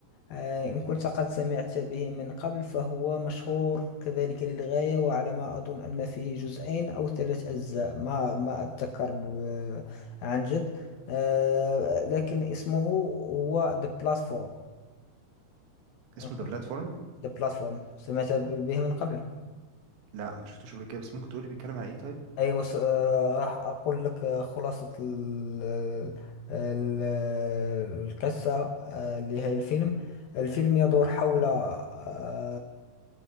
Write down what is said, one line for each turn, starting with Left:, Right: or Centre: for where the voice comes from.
Left: آه، إن كنت قد سمعت به من قبل فهو مشهور كذلك للغاية وعلى ما أظن أن فيه جزئين أو ثلاث أجزاء ما ما أتذكر ب- عن جد آه، لكن اسمه هو The Platform
Right: اسمه
Left: أنا كنت
Right: ذا بلاتفورم
Left: The Platform سمعت ب- به من قبل
Right: لا ما شفتوش قبل كده بس ممكن تقولي بيتكلم عن ايه طيب
Left: ايوه س- آه، راح اقول لك آه، خلاصة ال ال- آه، القصة آه، لهذا الفيلم الفيلم يدور حول آه،